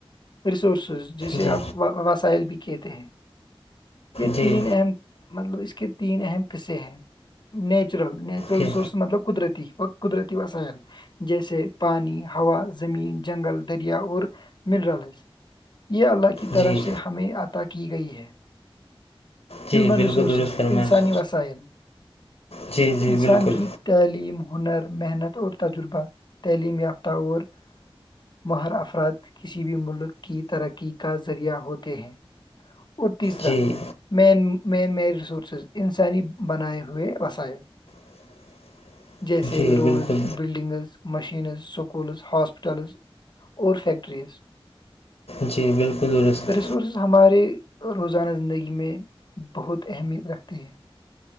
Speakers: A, on the left; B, on the left.
A: ریسورسز جسے
B: جی
A: آپ وسائل بھی کہتے ہیں یہ
B: جی
A: تین اہم مطلب اس کے تین اہم قصے ہیں نیچرل نیچرل
B: جی
A: ریسورس مطلب قدرتی و قدرتی وسائل جیسے پانی ہوا زمین جنگل دریا اور منرلز یہ اللہ کی طرف
B: جی
A: سے ہمیں عطا کی گئی ہے
B: جی
A: ہیومن
B: بالکل
A: رسورسز
B: درست فرمایا
A: انسانی وسائل
B: جی جی
A: انسان
B: بالکل
A: کی تعلیم ہنر محنت اور تجربہ تعلیم یافتہ اور مہر افراد کسی بھی ملک کی ترقی کا ذریعہ ہوتے ہیں اور تیسرا
B: جی
A: مین مین مین ریسورسز انسانی بنائے ہوئے وسائل
B: <inaudible>
A: جیسے
B: جی
A: روڈز
B: بالکل
A: بلڈنگز مشینز سکولز ہاسپٹلز اورور فیکٹرز
B: جی بالکل درست
A: سورسز ہمارے روزانہ زندگی میں بہت اہمیت رکھتی ہیں